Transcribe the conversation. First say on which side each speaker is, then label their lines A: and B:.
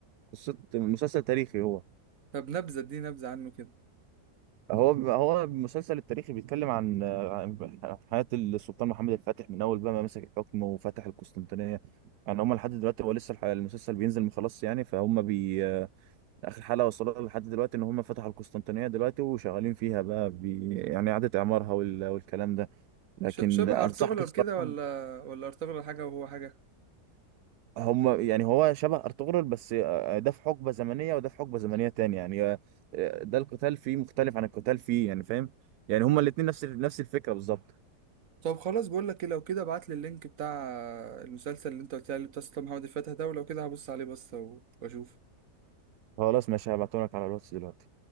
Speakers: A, on the right (about 70°); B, on the right (about 55°).
A: قصة مسلسل تاريخي هو
B: طب نبذه دي نبذه عنه كده
A: هو هو المسلسل التاريخي بيتكلم عن عن حياة السلطان محمد الفاتح من أول بقى ما مسك الحكم وفتح القسطنطينية يعني هم لحد دلوقتي هو لسه الح- المسلسل بينزل مخلص يعني فهم بي آخر حلقة وصلوا لحد دلوقتي إن هم فتحوا القسطنطينية دلوقتي وشغالين فيها بقى بي يعني إعادة إعمارها وال... والكلام ده لكن
B: ش- شبه
A: أنصحك
B: ارطغرل
A: الصراحة
B: كده ولا ولا ارطغرل حاجه وهو حاجه
A: هم يعني هو شبه أرطغرل بس آه، ده في حقبة زمنية وده في حقبة زمنية تانية يعني آه، ده القتال فيه مختلف عن القتال فيه يعني فاهم يعني هما الاتنين نفس نفس الفكرة بالظبط
B: طب خلاص بقول لك ايه لو كده ابعت لي اللينك بتاع المسلسل اللي انت قلت لي عليه بتاع أصلا محمد الفاتح ده ولو كده هبص عليه بس واشوف
A: خلاص ماشي هبعتهم لك على الواتس دلوقتي